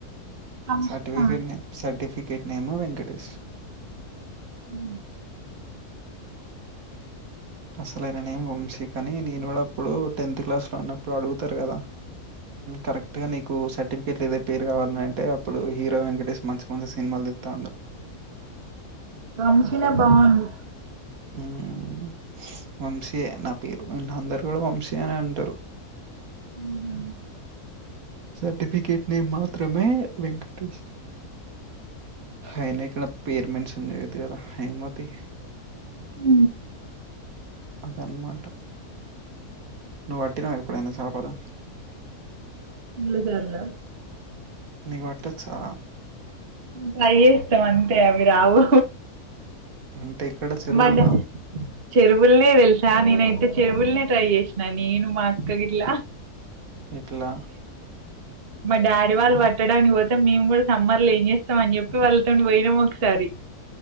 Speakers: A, on the right (about 45°); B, on the right (about 65°).
A: అంష్కా
B: సటిఫికేట్ సర్టిఫికేట్ నేమ్ వెంకటేష్
A: ఉ
B: అసలైన నేమ్ వంశీ కానీ అని నేను కూడా ఇప్పుడు టెన్త్ క్లాస్లో ఉన్నప్పుడు అడుగుతారు కదా కరెక్ట్గా నీకు సర్టిఫికెట్లు ఏదై పేరు కావాలని అంటే అప్పుడు హీరో వెంకటేష్ మంచి మంచి సినిమాలు దిస్తాండు
A: ఆ వంశీనే బాగుంది
B: ఉమ్ వంశీ నే నా పేరు ఇపుడు కూడ వంశీ అనే అంటారు
A: ఉహూ
B: సర్టిఫికేట్ నేమ్ మాత్రమే వెంకటేష్ అయినా ఇక్కడ పేరు మెన్షన్ చెయ్యొద్దు కదా ఏమోతి
A: ఉ
B: అదన్నమాట నువ్వు పట్టినావ ఎప్పుడైనా సపాలు
A: ఫుల్లుసార్ల
B: నీకు పట్టొచ్చా
A: ట్రై చేస్తాం అంతే అవి రావు
B: అంటే ఇక్కడ చెరువుల్లా
A: మన చెరువులనే తెలుసా నేనైతే చెరువులనే ట్రై చేసిన నేను మా అక్క గిట్ల
B: ఇట్లా
A: మా డాడీ వాళ్ళు పట్టడానికి పోతే మేము కూడా సమ్మర్ లో ఏం చేస్తాం అని చెప్పి వాళ్ళతో పోయినాం ఒకసారి